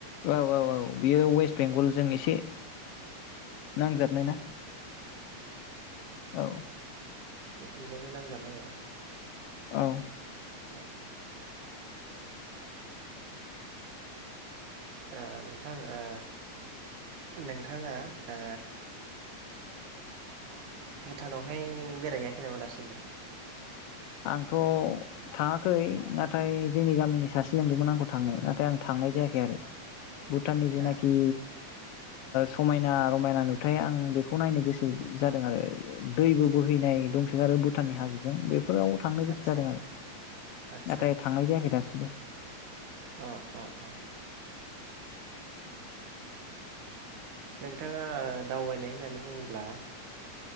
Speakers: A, on the left (about 85°); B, on the right (about 85°).
A: औ औ औ बेयो वेस्ट बेंगलजों एसे नांजाबनाय
B: औ
A: ना? औ
B: उ बेजोंनो नांजाबनाय औ
A: औ
B: औ ओ नोंथां ओ नोंथाङा ओ भुटानावहाय बेरायहैाखै नामा दासिमबो?
A: आंथ' थाङाखै नाथाय जोंनि गामिनि सासे लेंदोंमोन आंखौ थांनो नाथ थाय आं थांनाय जायाखै
B: आतसा
A: आरो भुटाननि जेनाखि
B: आ
A: समायना रमायना नुथाय आं बेखौ नायनो गोसो जादों आरो दैबो बोहैनाय दंसोगारो आरो भुटाननि हाजोजों बे बेफोराव थांनो गोसो
B: आतसा
A: जादों आरो
B: आदसा
A: नाथाय थांनाय जायाखै दासिमबो बा
B: अ अ अ नोंथाङा दावबायनाय होननानै बुङोब्ला